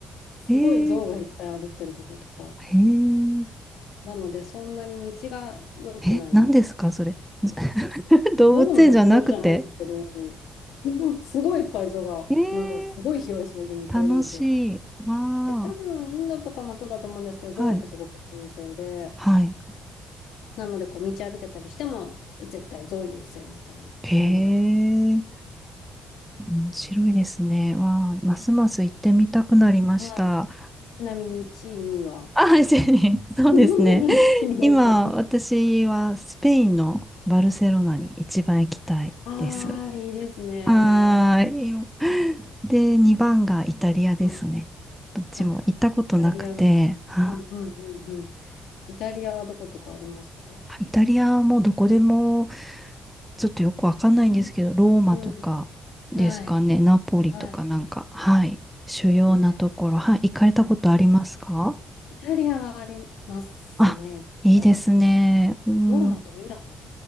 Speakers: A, on the left (about 80°); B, in the centre.
A: すごい象がいっぱい歩ってるとことか。
B: ええ、へえ。
A: なので、そんなに道が良くない
B: え、何ですか、それ。ず <laughs> 動物園じゃなくて。
A: 象の牧場じゃないんですけど、すごいいっぱい象が、
B: え
A: なんかすごい広い草原にいっぱいいるんですよ。
B: え、楽しい。わ
A: で、多分インドとかもそうだと思うんですけど、
B: あ、はい。
A: 象ってすごく神聖で、
B: はい。
A: なのでこう道歩いてたりしても、絶対象優先みたいな感じだった。
B: へえ、面白いですね。わあ、ますます行ってみたくなりました。
A: はい。ちなみに1位、2位は
B: <laughs> あ、シェリー、そうですね。
A: <laughs> 気になっちゃう。
B: 今、私はスペインのバルセロナに一番行きたいです。
A: ああ、いいですね。
B: はーい。で、2番がイタリアですね。
A: うん。
B: どっちも行ったことなくて、
A: あ、イタリアの、
B: はあ
A: うんうんうんうん。イタリアはどことかありますか
B: イタリアもどこでもちょっとよくわかんないんですけど、ローマとかですかね、
A: うん。はい。
B: ナポリとかなんか、
A: はい。
B: はい、主要なところ、
A: ですね。はい、
B: はい、行かれたことありますか
A: はい。イタリアはありますね。
B: あ、
A: イタリアは
B: いいですね。うん、
A: ローマとミラノ